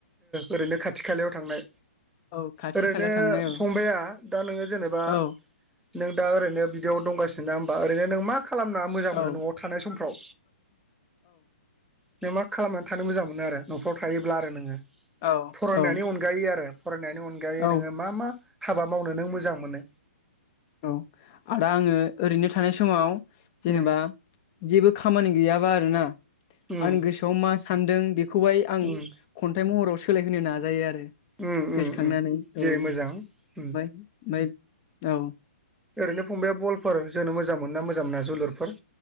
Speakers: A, in the centre; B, on the left.
A: ओरैनो खाथि खालायाव थांनाय
B: औ खाथि
A: ओरैनो
B: खालायाव थांनाय औ
A: फंबाया दा नोङो जेनेबा
B: औ
A: नों दा ओरैनो बिदियाव दंगासिनो ना होनोमबा ओरैनो नों मा? खालामनो मोजां
B: औ
A: मोनो न'आव थानाय समफ्राव? नों मा खालामनानै थानो मोजां मोनो आरो न'खराव? थायोब्ला आरो नोङो
B: औ
A: फरायनायनि
B: औ
A: अनगायै। आरो फरायनायनि अनगायै
B: औ
A: नोङो मा मा? हाबा मावनो नों मोजां मोनो?
B: औ आदा आङो ओरैनो थानाय समाव जेनेबा
A: उम
B: जेबो खामानि गैयाबा आरोना?
A: उम
B: आंनि गोसोआव मा सानदों बेखौहाय आं
A: उम
B: खन्थाइ महराव सोलायहोनो नाजायो आरो।
A: उम
B: गोसोखांनानै
A: उम उम दे
B: औ ओमफ्राय
A: मोजां उम
B: औ
A: ओरैनो फंबाया बलफोर जोंनो मोजां मोना मोजां मोना जोलुरफोर